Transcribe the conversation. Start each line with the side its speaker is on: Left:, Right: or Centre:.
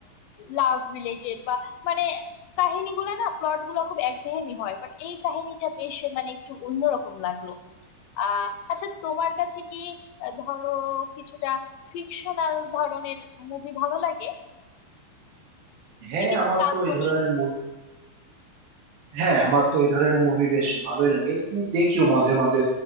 Left: লাভ রিলেটেড বা মানে কাহিনীগুলো না প্লট গুলো খুব একঘেয়েমি হয় বাট এই কাহিনীটা বেশ মানে একটু অন্যরকম লাগলো আহ আচ্ছা তোমার কাছে কি আহ, ধরো কিছুটা ফিকশনাল ধরনের মুভি ভালো লাগে
Right: হ্যাঁ
Left: যে কিছু
Right: আমার
Left: কাল্পনিক
Right: তো এই ধরনের হ্যাঁ আমার তো এই ধরনের মুভি বেশ ভালোই লাগে তুমি দেখিও মাঝে মাঝে